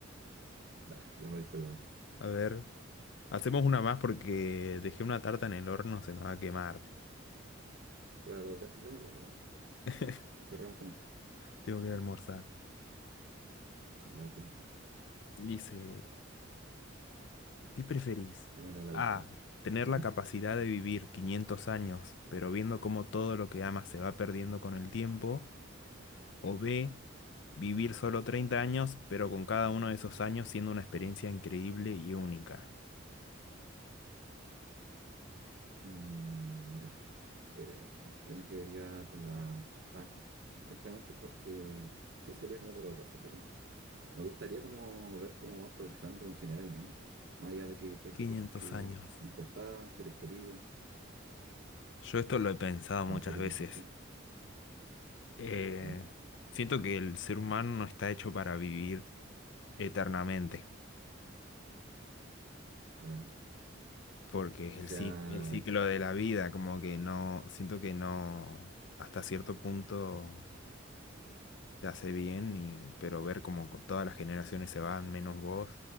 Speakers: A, on the right; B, on the left.
A: Nah, ya voy con la...
B: A ver, hacemos una más porque dejé una tarta en el horno, se me va a quemar.
A: Claro, dé- démosle, démosle.
B: <laughs>
A: Cerramos con esto.
B: Tengo que ir a almorzar.
A: Ya, ok.
B: Dice, ¿qué preferís?
A: Démosle a la
B: A,
A: última.
B: tener
A: Ujú.
B: la capacidad de vivir 500 años, pero viendo cómo todo lo que amas se va perdiendo con el tiempo. O B, vivir solo 30 años, pero con cada uno de esos años siendo una experiencia increíble y única.
A: Mm, mira, eh, yo me quedaría con la A, simplemente porque sí sería como doloroso, pero me gustaría como ver cómo va progresando en general el mundo, más allá de que pierda
B: 500
A: cosas que
B: años.
A: me importaban, seres queridos,
B: Yo esto lo he pensado
A: o
B: muchas
A: no sé qué
B: veces.
A: piensas tú,
B: Eh,
A: ya,
B: siento que el ser humano no está hecho para vivir eternamente,
A: claro.
B: porque es
A: O
B: el,
A: sea,
B: ci- el ciclo de la vida, como que no, siento que no, hasta cierto punto te hace bien, y, pero ver como co- todas las generaciones se van, menos vos,